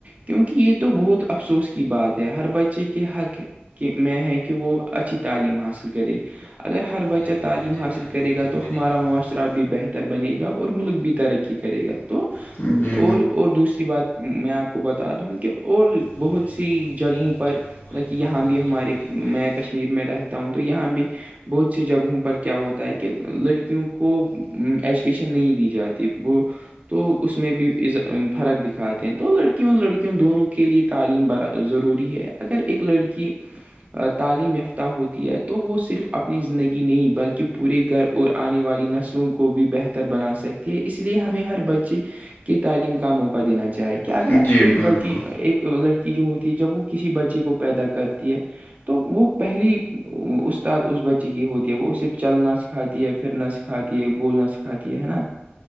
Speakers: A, on the right (about 35°); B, on the left (about 60°).
A: کیونکہ یہ تو بہت افسوس کی بات ہے ہر بچے کے حق کہ میں ہے کہ وہ اچھی تعلیم حاصل کرے اگر ہر بچہ
B: ہر
A: تعلیم حاصل کرے
B: بچہ
A: گا تو ہمارا معاشرہ
B: تعلیم حاصل
A: بھی بہتر بنے گا اور ملک بھی ترقی کرے گا تو
B: گا ہمارا معاشرہ بھی بہتر بنے
A: اور اور دوسری بات میں آپ کو بتا دوں کہ اور
B: گا
A: بہت
B: ملک
A: سی جگہوں پر
B: بھی ترقی
A: لائک یہاں بھی ہمارے
B: کرے
A: میں کشمیر میں رہتا ہوں تو یہاں بھی بہت سی جگہوں پر کیا ہوتا ہے کہ لڑکیوں کو ایجوکیشن نہیں دی جاتی وہ تو اس میں بھی فرق دکھات د تو لڑکیوں لڑکیوں دونوں کے لیے تعلیم بڑا ضروری ہے اگر ایک لڑکی تعلیم یافتہ ہوتی ہے تو وہ صرف اپنی زندگی نہیں بلکہ پورے گھر اور آنے والی نسلوں کو بھی بہتر بنا سکتی ہے اس لیے ہمیں ہر بچے کی تعلیم کا موقع دینا چاہی کیا اگر
B: گا جی
A: ایک
B: بالکل اور اور دوسری بات میں
A: بچی
B: آپ کو بتا
A: ایک لڑکی جو ہوتی ہے جب وہ کسی بچے کو پیدا کرتی ہے تو وہ پہلی استاد اس بچے کی ہوتی ہے وہ اسے چلنا سکھاتی ہے پھرنا سکھاتی ہے بولنا سکھاتی ہے نا